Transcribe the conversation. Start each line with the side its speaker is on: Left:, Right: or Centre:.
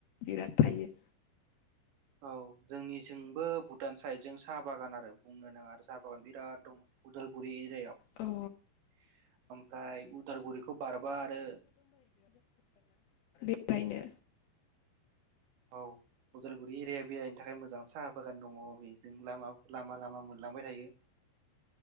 Left: बिराद थायो।
Right: औ जोंनिसोंबो भुटान साइद जों साहा बागान आरो बुंनो नाङा आरो साहा बागान बिराद दं उदालगुरि <unintelligible>
Left: अ
Right: ओमफाय उदालगुरिखौ बारबा आरो
Left: ब्रायनो
Right: औ अदालगुरि एरिया बेरायनो थाखाय मोजां साहा बागान दङ' बेजों लामाब लामा लामा मोनलांबाय थायो।